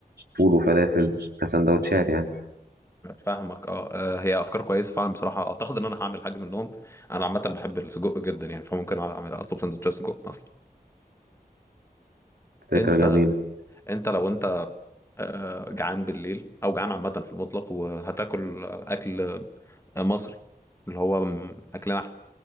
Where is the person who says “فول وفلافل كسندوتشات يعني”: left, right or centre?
Right